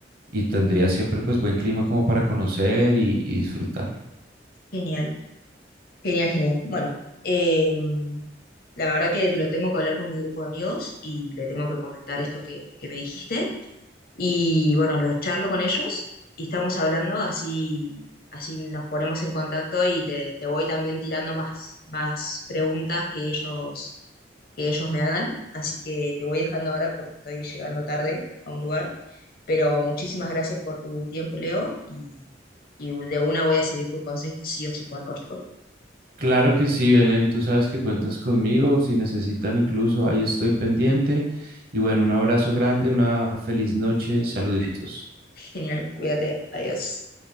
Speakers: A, on the right; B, on the left.
A: y tendrías siempre pues buen clima como para conocer y y disfrutar.
B: Genial, genial, genial. Bueno. em, La verdad que lo tengo que hablar con mi grupo de amigos y le tengo que comentar esto que, que me dijiste. Y bueno, los charlo con ellos y estamos hablando, así, así nos ponemos en contacto y te, te voy también tirando más, más preguntas que ellos, que ellos me hagan. Así que te voy dejando ahora porque estoy llegando tarde a un lugar. Pero muchísimas gracias por tu tiempo, Leo, y, y de una voy a seguir tus consejos sí o sí cuando vaya por.
A: Claro que sí, Belén, tú sabes que cuentas conmigo, si necesitan incluso, ahí estoy pendiente. Y bueno, un abrazo grande, una feliz noche, saluditos.
B: Genial, cuídate, adiós.